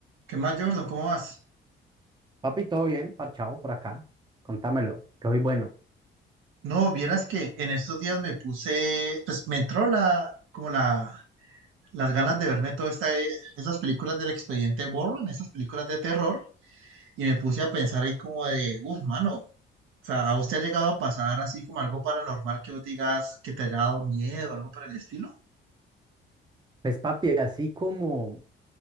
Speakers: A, on the right; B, on the right.
A: ¿Qué más, Jordan? ¿Cómo vas?
B: Papi, todo bien, parchado por acá. Contámelo, que hoy bueno.
A: No, vieras que en estos días me puse, pues me entró la, como la, las ganas de verme todas esas películas del Expediente Warren, esas películas de terror, y me puse a pensar ahí como de, uff, mano, o sea, ¿a vos te ha llegado a pasar así como algo paranormal que vos digas que te haya dado miedo, algo por el estilo?
B: Pues papi, así como,